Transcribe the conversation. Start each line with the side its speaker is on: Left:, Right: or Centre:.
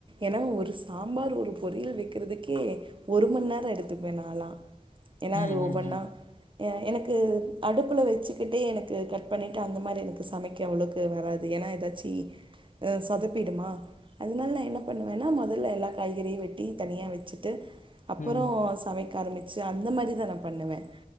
Right: ஏனா ஒரு சாம்பார் ஒரு பொரியல் வைக்கிறதுக்கே ஒரு மணி நேரம் எடுத்துக்குவேன் நாளா ஏனா
Left: ம்
Right: அது
Left: ம்
Right: ஒவ்வொண்ணா
Left: ம்
Right: எனக்கு அடுப்புல வச்சிக்கிட்டே எனக்கு கட் பண்ணிட்டு அந்த மாரி எனக்கு சமைக்க அவ்ளோக்கு வராது ஏனா எதாச் சி ஆ சொதப்பிடுமா அதனால நான் என்ன பண்ணுவேன்னா மொதல்ல எல்லா காய்கறியும் வெட்டி தனியா வச்சிட்டு அப்புறம்
Left: ம்
Right: சமைக்க ஆரம்பிச் ச அந்த மாரிதா நா பண்ணுவேன்